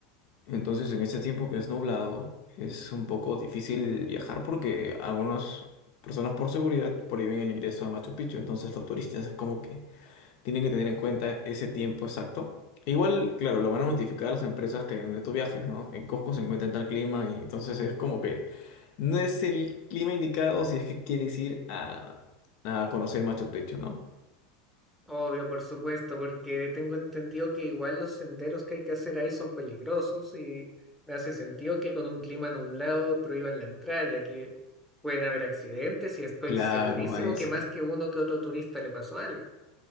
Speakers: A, on the left; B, in the centre.
A: Entonces, en este tiempo que es nublado, es un poco difícil viajar porque algunas personas por seguridad prohíben el ingreso a Machu Picchu. Entonces, los turistas es como que tienen que tener en cuenta ese tiempo exacto. Igual, claro, lo van a notificar a las empresas que donde tú viajes, ¿no? En Cusco se encuentra en tal clima y entonces es como que no es el clima indicado si es que quieres ir a, a conocer Machu Picchu, ¿no?
B: Obvio, por supuesto, porque tengo entendido que igual los senderos que hay que hacer ahí son peligrosos y me hace sentido que con un clima nublado prohíban la entrada, ya que pueden haber accidentes y estoy
A: Claro,
B: segurísimo
A: a eso.
B: que más que uno que otro turista le pasó algo.